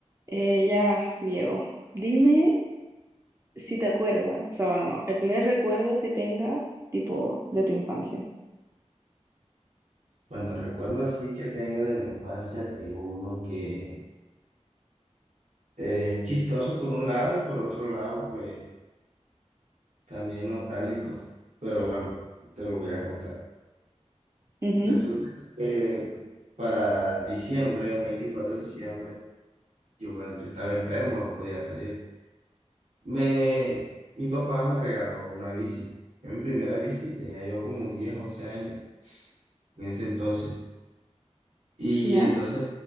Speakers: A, on the right; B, on the right.
A: Eh, ya, Diego, dime si te acuerdas, o sea, bueno, no, el primer recuerdo que tengas, tipo, de tu infancia.
B: Bueno, recuerdo así que tengo de mi infancia que es uno que es chistoso por un lado y por otro lado, pues también nostálgico. Pero bueno, te lo voy a contar.
A: Ujú,
B: Resulta que para diciembre, un 24 de diciembre, yo, me- yo estaba enfermo, no podía salir. Me, mi papá me regaló una bici. Era mi primera bici, tenía yo como 10 11 años en ese entonces. Y
A: ¿Ya?
B: entonces